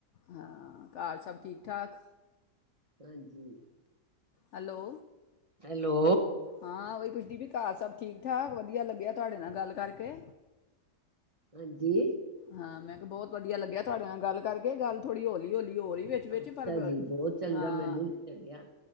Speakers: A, on the left; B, on the right.
A: ਹਾਂ ਘਰ ਸਭ ਠੀਕ ਠਾਕ
B: ਹਾਂਜੀ
A: ਹੈਲੋ
B: ਹੈਲੋ
A: ਹਾਂ ਉਹੀ ਕੁਛਦੀ ਵੀ ਘਰ ਸਭ ਠੀਕ ਠਾਕ ਵਧੀਆ ਲੱਗਿਆ ਤੁਹਾਡੇ ਨਾਲ ਗੱਲ ਕਰਕੇ
B: ਹਾਂਜੀ
A: ਹਾਂ ਮੈਂ ਕਿਹਾ ਬਹੁਤ ਵਧੀਆ ਲੱਗਿਆ ਤੁਹਾਡੇ ਨਾਲ ਗੱਲ ਕਰਕੇ ਗੱਲ ਥੋੜ੍ਹੀ ਹਲੀ ਹੌਲੀ ਹੋ ਰਹੀ ਵਿੱਚ ਵਿੱਚ
B: ਅੱਛਾ
A: ਪਰ ਬ-
B: ਜੀ ਬਹੁਤ ਚੰਗਾ
A: ਹਾਂ
B: ਮੈਨੂੰ ਵੀ ਲੱਗਿਆ